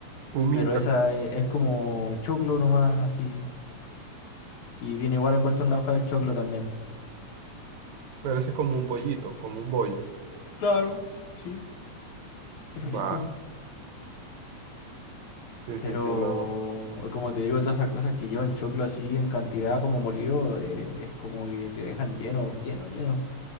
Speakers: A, on the right; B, on the left.
A: Humita.
B: pero esa e- es como choclo nomás, así. Y viene igual envuelto en la hoja de choclo también.
A: Parece como un bollito, como un bollo.
B: Claro, sí, es rico.
A: Va, sí,
B: Pero
A: sí, sí, no.
B: como te digo, todas esas cosas que llevan choclo así en cantidad como molido, eh, es como que te dejan lleno, lleno, lleno.